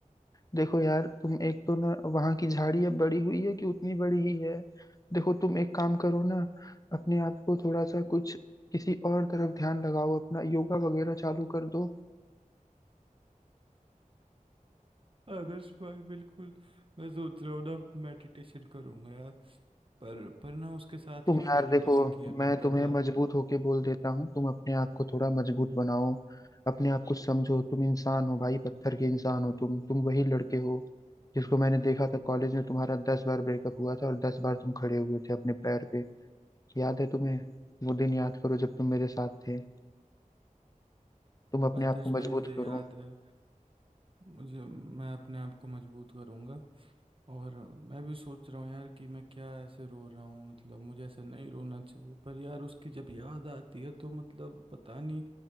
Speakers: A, on the left; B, on the right.
A: देखो यार तुम एक तो ना वहां की झाड़ी अब बड़ी हुई है कि उतनी बड़ी ही है देखो तुम एक काम करो ना अपने आप को थोड़ा सा कुछ किसी और तरफ ध्यान लगाओ अपना योगा वगैरह चालू कर दो
B: आदर्श भाई बिल्कुल मैं सोच रहा हूँ ना मेडिटेशन करूंगा यार पर पर ना उसके साथ
A: तुम
B: ही मैं
A: यार
B: मेडिटेशन
A: देखो
B: किया करता
A: मैं तुम्हें
B: था
A: मजबूत होके बोल देता हूँ तुम अपने आप को थोड़ा मजबूत बनाओ अपने आप को समझो तुम इंसान हो भाई पत्थर के इंसान हो तुम तुम वही लड़के हो जिसको मैंने देखा था कॉलेज में तुम्हारा दस बार ब्रेकअप हुआ था और दस बार तुम खड़े हुए थे अपने पैर पे याद है तुम्हें वो दिन याद करो जब तुम मेरे साथ थे तुम अपने
B: आदर्श
A: आप को
B: भाई
A: मजबूत
B: मुझे
A: करो
B: याद है मुझे मैं अपने आप को मजबूत करूँगा और मैं भी सोच रहा हूँ यार कि मैं क्या ऐसे रो रहा हूँ मतलब मुझे ऐसे नहीं रोना चाहिए पर यार उसकी जब याद आती है तो मतलब पता नहीं